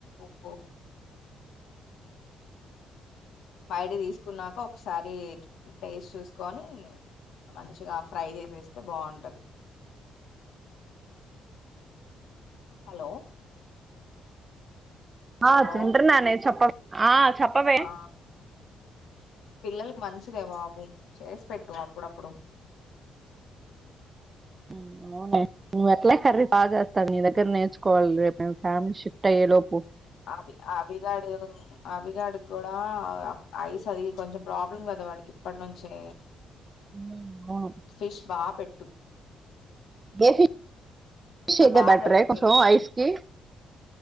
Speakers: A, on the left; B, on the right.
A: ఉప్పు బయట తీసుకున్నాక ఒకసారి టేస్ట్ చూసుకోని మంచిగా ఫ్రై చేసేస్తే బావుంటాది హలో హలో
B: ఆ తింట్రున్నానే చెప్పవ్ ఆ చెప్పవే
A: ఆ పిల్లలకి మంచిదే బాబు చేసి పెట్టు అప్పుడప్పుడు
B: ఊ అవునే నువ్వు ఎట్లా కర్రీ బా చేస్తావు నీ దగ్గర నేర్చుకోవాలి రేపు మేం ఫ్యామ్ షిఫ్ట్ అయ్యే లోపు
A: అభి అభిగాడు అభిగాడికి కూడా అక్ ఐస్ అది కొంచెం ప్రాబ్లం కదా వాడికి ఇప్పటి నుంచే
B: ఉమ్, అవును
A: ఫిష్ బా పెట్ టు.
B: గేసి. షి
A: బాగా
B: బటర్
A: దొరుకుతాయిలే
B: రాయ్ కొంచం ఐష్ కి.